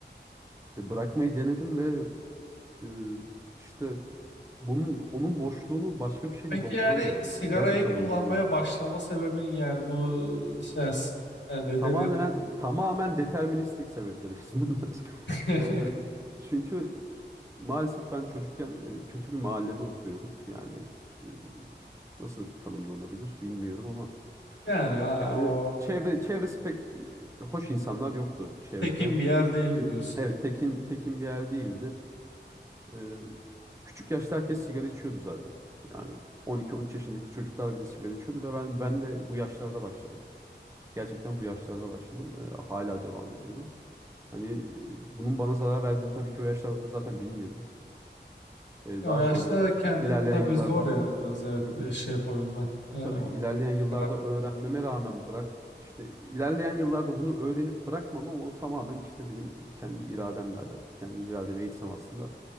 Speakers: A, on the right; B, on the left.
A: Ve Bırakmayı denedim ve Ee, işte bunun onun boşluğunu başka bir şeyle
B: Peki
A: dolduramıyorum
B: yani sigarayı
A: yani. Gerçekten
B: kullanmaya
A: dolduramıyorum.
B: başlama sebebin yani bu ses yani ne
A: Tamamen
B: denir?
A: tamamen deterministik sebepler işte bunlar. <laughs>
B: <laughs>
A: Ee, çünkü maalesef ben çocukken e, kötü bir mahallede oturuyorduk. Yani e, nasıl tanımlanabilir bilmiyorum ama
B: Yani ha,
A: yani
B: o
A: çevre çevresi pek e, hoş insanlar yoktu çevrede.
B: tekin bir yer değildi diyorsun.
A: Evet, tekin tekin bir yer değildi. Ee, küçük yaşta herkes sigara içiyordu zaten. Yani 12-13 yaşındaki çocuklar bile sigara içiyordu ve ben ben de bu yaşlarda başladım. Gerçekten bu yaşlarda başladım. Ee, hala devam ediyorum. Hani e, bunun bana zarar verdiğini tabii ki o yaşlarda zaten bilmiyorum. Ee,
B: Ya
A: daha
B: o yaşta
A: sonra
B: kendini
A: ilerleyen
B: tabii
A: yıllarda
B: zor yani biraz evet
A: hı hı,
B: e, şey yapabilmen. E, onun
A: tabii ilerleyen yıllarda
B: karar-
A: öğrenmeme rağmen bırak işte ilerleyen yıllarda bunu öğrenip bırakmam ama o tamamen işte benim kendi irademle alakalı. Kendi irademe eğitsem aslında